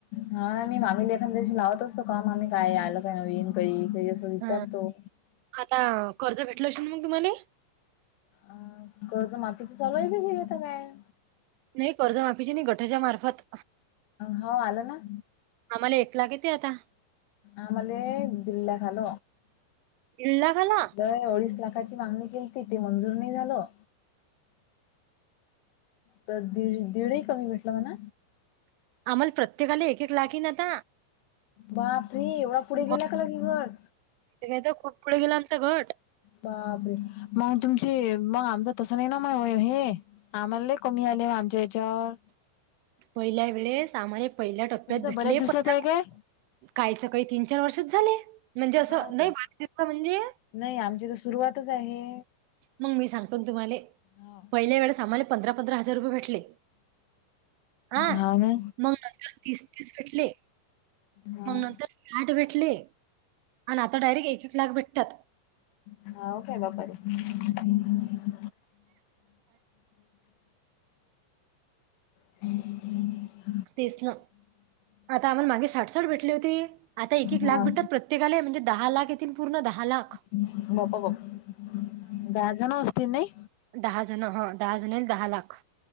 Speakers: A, on the left (about 80°); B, on the right (about 85°).
A: हा मी मामी लेखानदशी लावत असतो का मामी काय आलं का नवीन काही काही असं विचारतो.
B: हा आता कर्ज भेटलं अशेल मग तुम्हाले?
A: अ कर्ज माफीची चालू आहे <unintelligible> काय.
B: नाही कर्जमाफीचे नाही गटाच्या मार्फत.
A: हो आलं ना.
B: आम्हाला एक लाख येते आता.
A: आम्हाले दिल्ल्याख, आाल
B: दीड लाख आला
A: दय ओडीस लाखाची मागणी. गिलती ते मंजूर नाही झालं. तर दीड दीड ही कमी भेटलं म्हणा.
B: आम्हाला प्रत्येकाला एक एक लाख येईन आता.
A: बापरी एवढा पुढे
B: मग
A: गेला का लगे गट.
B: <inaudible> तर खूप पुढे गेलं आमचा घट.
A: बापरे म तुमचे म आमचं तसं नाही ना मग हे. आम्हाला लय कमी आले ओ आमच्या याच्यावर.
B: पहिल्या वेळे सामाने पहिल्या टप्प्यात
A: तुमचा
B: भेटले.
A: बऱ्याच दिवसाचा
B: <inaudible>
A: आहे काय
B: काहीचा काही तीन चार वर्षच झाले म्हणजे असं
A: हाव काय
B: लई <inaudible> म्हणजे.
A: नाही आमची तर सुरुवातच आहे.
B: मग मी सांगतो ना तुम्हाले.
A: हा
B: पहिल्या वेळेस आम्हाला पंधरा पंधरा ह हजार रुपये भेटले आं
A: हाव ना
B: मग नंतर तीस-तीस भेटले.
A: हा
B: मग नंतर साठ भेटले आणि आता डायरेक्ट एक एक लाख भेटतात.
A: हम् हाव काय बापारी हम्म. <inaudible>
B: तेच ना, आता आम्हाला मागे साठसठ भेटले होते. आता एक एक
A: हा
B: लाख भेटतात, प्रत्येकाले म्हणजे दहा लाख येतील, पूर्ण दहा लाख.
A: <unintelligible> दहाजण असतील नाही?
B: दहाजणं हा, दहाजणं दहा लाख.